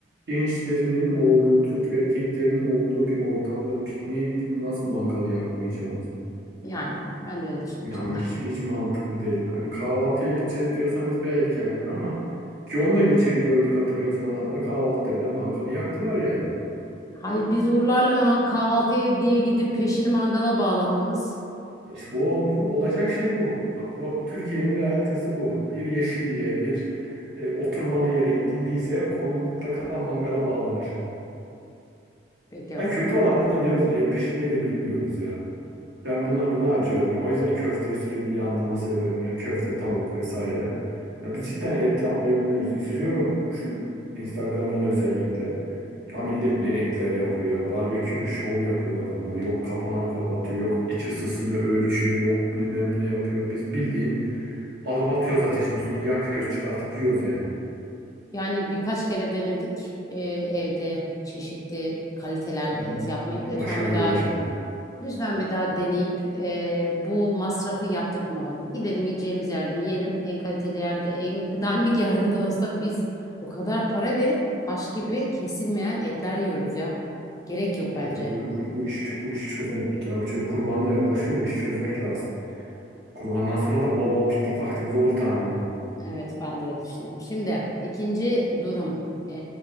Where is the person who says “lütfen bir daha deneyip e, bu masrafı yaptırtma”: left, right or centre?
Left